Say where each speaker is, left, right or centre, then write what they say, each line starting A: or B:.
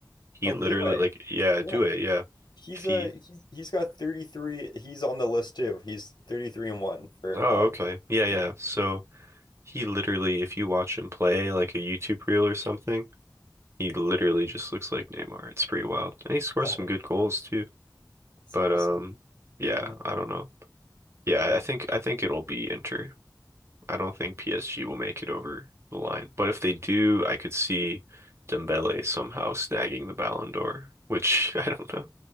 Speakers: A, on the right; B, on the left.
A: He
B: Oh,
A: literally
B: Doué.
A: like yeah,
B: Yeah.
A: Doué, yeah.
B: He's
A: If he
B: uh he's he's got 33. He's on the list too. He's 33 and one for
A: Oh,
B: odds.
A: okay. Yeah, yeah.
B: Yeah.
A: So He literally, if you watch him play like a YouTube reel or something, he literally just looks like Neymar. It's pretty wild. And he scores
B: <laughs>
A: some
B: That's
A: good goals too. But
B: awesome.
A: um yeah,
B: Yeah.
A: I don't know. Yeah,
B: Yeah.
A: I think I think it'll be Inter. I don't think PSG will make it over the line. But if they do, I could see Dembele somehow snagging the Ballon d'Or, which <laughs> I don't know.